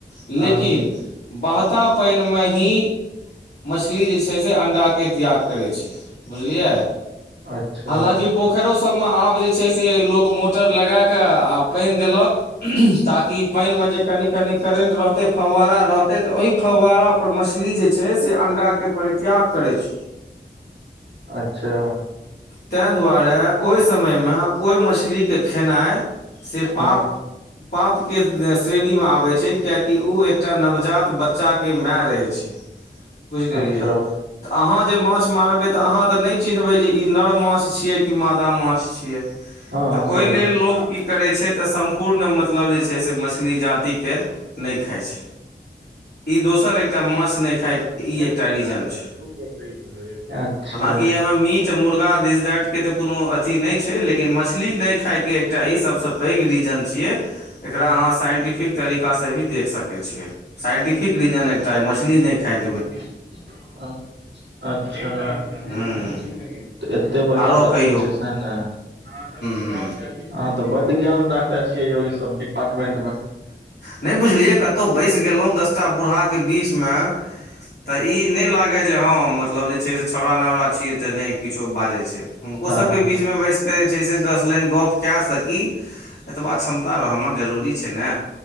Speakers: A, on the left; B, on the right.
A: लेकिन
B: हँ
A: बहता पएन मे ही मछली जे छै से अंडाके त्याग करै छै बुझलियै
B: अच्छा
A: हालाँकि पोखैरो सब मे आब जे छै से लोक मोटर लगा क आ पानि देलक ताकि पैन मे जे कनि कनि करेंट रहतै फवहारा रहतै तऽ ओहि फवारा पर मछली जे छै से अंडा के परित्याग करै छै
B: अच्छा
A: ताँ दुआरे ओहि समयमे ओहि मछलीके खेनाइ से पाप
B: हँ
A: पापके श्रेणीमे आबै छै कियाकि उ एकटा नवजात बच्चाके मए रहैत छै बुझ गेलियै
B: अच्छा
A: तऽ अहाँ जे माछ मारबै तऽ अहाँ तऽ नहि चिन्हबै जे ई नर माछ छियै कि मादा माछ छियै
B: हँ
A: तऽ
B: सही
A: ओहि
B: बात
A: लेल
B: छै
A: लोक की करै छै तऽ सम्पूर्ण मतलब जे छै से मछली जातिके नहि खााय छै, ई दोसर एकटा माछ नहि खायके
B: <unintelligible>
A: ई एकटा रीजन छै
B: अच्छा
A: हालाँकि एहिमे मीट मुर्गा, दिस-दैट के तऽ कोनो अथी नहि छै लेकिन मछली नहि खायके एकटा ई सबसँ पैघ रीजन छियै एकरा
B: अ,
A: अहाँ साइंटिफिक तरीकासे भी देख सकै छियै। साइंटिफिक रीजन एहि एकटा मछली नहि खाय के
B: <unintelligible> अच्छा तऽ
A: हूँ
B: एते बड़का
A: आरो
B: तथ्य
A: कहियौ
B: छै
A: हूँ
B: सैह ने! तऽ
A: हूँ
B: बड्ड ज्ञान राखले छियै यौ ई सब डिपार्टमेंट मे
A: नहि बुझलियै कतहु बैसि गेलहुँ दस टा बूढ़ाके बीचमे तऽ ई नहि लागय जे हँ मतलब जे से छौड़ा-नौड़ा छियै तऽ नहि किछो बाजै छै। ओ
B: हँ
A: सबके बीचमे बैसके जे छै से दस लाइन गप कए सकी एतबा क्षमता रहब जरूरी छै ने,